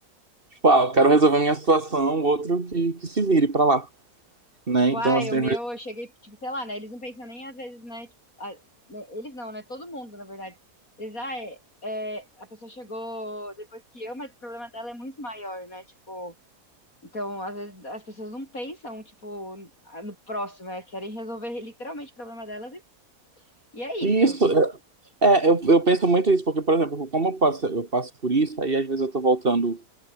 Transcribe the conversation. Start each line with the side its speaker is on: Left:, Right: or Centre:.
Right: tipo, ah, eu quero resolver minha situação, o outro que, que se vire pra lá, né?
Left: Tipo,
Right: Então,
Left: ah,
Right: assim,
Left: o meu,
Right: às vezes-
Left: eu cheguei, tipo, sei lá, né? Eles não pensam nem às vezes, né? Tipo, a- né, eles não, né? Todo mundo, na verdade. Eles, ah, é, é, a pessoa chegou depois que eu, mas o problema dela é muito maior, né? Tipo, então, às vezes, as pessoas não pensam, tipo, no próximo, né? Querem resolver literalmente o problema delas e, e é isso.
Right: e isso, é, é, eu, eu penso muito isso, porque, por exemplo, como eu passo, eu passo por isso, aí às vezes eu tô voltando